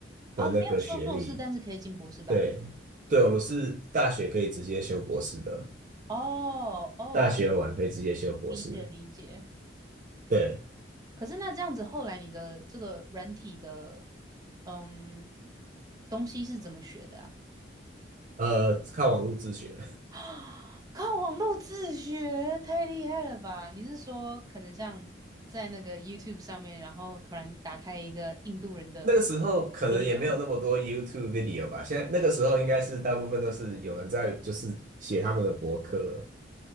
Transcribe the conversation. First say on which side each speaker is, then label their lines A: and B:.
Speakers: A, on the right; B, on the right.
A: 的那个学历。
B: 哦，没有修硕士，但是可以进博士班。
A: 对，对，我是大学可以直接修博士的，
B: 哦哦，
A: 大学完可以直接修博士。
B: 理解理解。
A: 对，
B: 可是那这样子，后来你的这个软体的，嗯，东西是怎么学的啊？
A: 呃，靠网络自学。
B: 啊，靠网络自学，太厉害了吧？你是说可能像在那个 YouTube 上面，然后突然打开一个印度人的
A: 那个时候可能也没有那么多
B: video
A: YouTube video 吧，现在那个时候应该是大部分都是有人在就是写他们的博客，